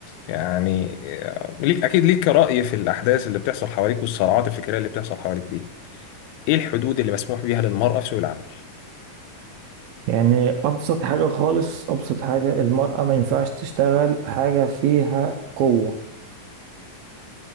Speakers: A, on the left; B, on the right.
A: يعني آه، ليك اكيد ليك رأي في الاحداث اللي بتحصل حواليك والصراعات الفكرية اللي بتحصل حواليك دي ايه الحدود اللي مسموح بيها للمرأة في سوق العمل
B: يعني أبسط حاجة خالص أبسط حاجة المرأة ما ينفعش تشتغل حاجة فيها قوة